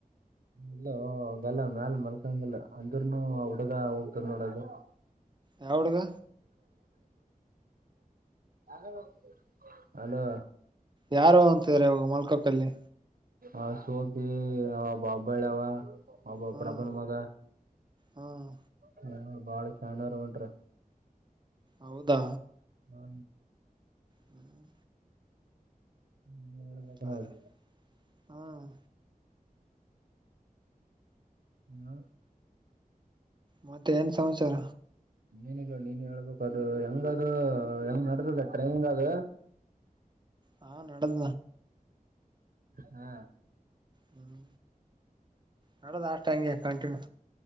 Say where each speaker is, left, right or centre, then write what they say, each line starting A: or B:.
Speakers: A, on the right; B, on the right.
A: ಇಲ್ಲಗಲ್ಲ ಮ್ಯಾಲ ಮಲ್ಕಂಗಿಲ್ಲ ಅಂದ್ರನು ಹುಡುಗ ಹೋಗ್ತದ ನೋಡದು
B: ಯಾವ ಹುಡ್ಗ
A: ಸದ ಅಲೋ
B: ಯಾರು ಅಂತ್ರ ಇಾಗ ಮಲ್ಕಕ್ಕಲ್ಲಿ
A: ಆ ಸೋತಿ ಒಬ್ಬ ಹಬ್ಬಳ್ಳಾವ ಒಬ್ಬಬ
B: ಹ್ಮ್
A: ಪ್ರಭನ್ ಮಗ
B: ಹ್ಮ್
A: ಹ್ಮ ಬಾಳ ಶಣಾರ ಉಂಟ್ರ
B: ಹೌದಾ
A: ಹ್ಮ
B: ಹ್ಮ್
A: ಹೇಳ್ಬೇಕ್
B: ಸರಿ
A: ನೋಡ್
B: ಹ್ಮ್
A: ಹ್ಮ
B: ಮತ್ತೆ ಏನ್ ಸಮಾಚಾರ
A: ನೀನ್ಲ್ಲ ನೀನ್ ಹೇಳ್ಬೇಕ ಅದು ಹೆಂಗದು ಹೆಂಗ್ ನಡ್ದದ ಟ್ರೈನಿಂಗ್ ಅದು
B: ಹಾ ನದ
A: ಹಾ
B: ಹ್ಮ್ ನಡದ ಅಷ್ಟ ಹಂಗೆ ಕಂಟಿನ್ಯೂ